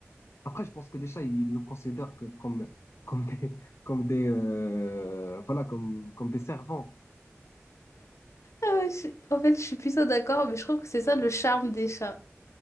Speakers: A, on the left; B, on the left.
A: après, je pense que les chats, ils nous considèrent que comme, <laughs> comme des, comme des, euh, voilà, comme, comme des servants.
B: Ah ouais, je- En fait, je suis plutôt d'accord, mais je trouve que c'est ça le charme des chats.